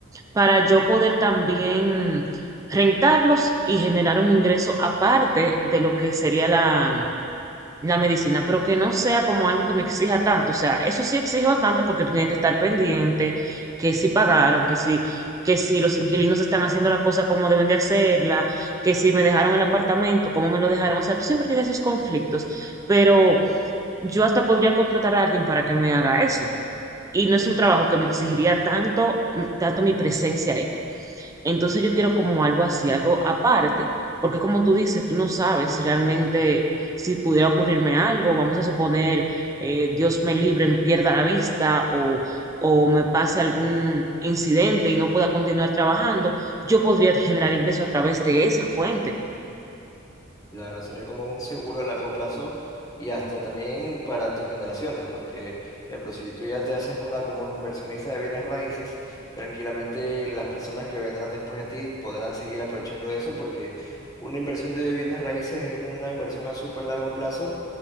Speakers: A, on the right; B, on the left.
A: para yo poder también rentarlos y generar un ingreso aparte de lo que sería la, la medicina, pero que no sea como algo que me exija tanto. O sea, eso sí exige bastante porque tú tienes que estar pendiente, que si pagaron, que si, que si los inquilinos están haciendo la cosa como deben de hacerla, que si me dejaron el apartamento, cómo me lo dejaron. O sea, tú siempre tienes esos conflictos, pero yo hasta podría contratar a alguien para que me haga eso. Y no es un trabajo que me exigiría tanto, tanto mi presencia ahí. Entonces yo quiero como algo así, algo aparte, porque como tú dices, tú no sabes realmente si pudiera ocurrirme algo, vamos a suponer, eh, Dios me libre, pierda la vista o, o me pase algún incidente y no pueda continuar trabajando, yo podría generar ingresos a través de esa fuente.
B: Claro, sería como un seguro a largo plazo y hasta también para tus generaciones, porque, por ejemplo, si tú ya te haces una como inversionista de bienes raíces, tranquilamente las personas que vendrán después de ti podrán seguir aprovechando eso, porque una inversión de bienes raíces es una inversión a súper largo plazo.